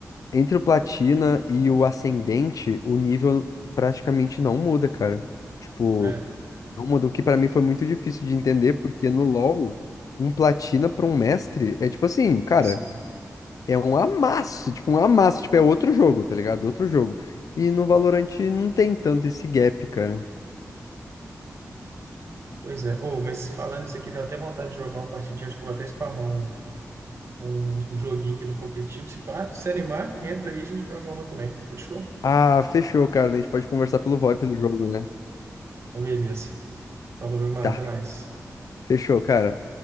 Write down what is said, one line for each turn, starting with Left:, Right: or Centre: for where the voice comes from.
Left: entre o Platina e o Ascendente, o nível praticamente não muda, cara. Tipo,
Right: É,
Left: não muda. O que pra mim foi muito difícil de entender, porque no LoL, um Platina pra um mestre é tipo assim, cara,
Right: sim.
Left: é um amasso. Tipo, um amasso. Tipo, é outro jogo, tá ligado? Outro jogo. E no Valorant não tem tanto esse gap, cara.
Right: Pois é. Oh, mas falando isso aqui, deu até vontade de jogar uma partidinha. Acho que eu vou até spamar um, um, um joguinho aqui no competitivo. Se pá, se animar, entra aí e a gente joga uma também. Fechou?
Left: Ah, fechou, cara. A gente pode conversar pelo VoIP do jogo, né?
Right: Então, beleza. Falou, meu mano.
Left: Tá,
Right: Até mais.
Left: fechou, cara.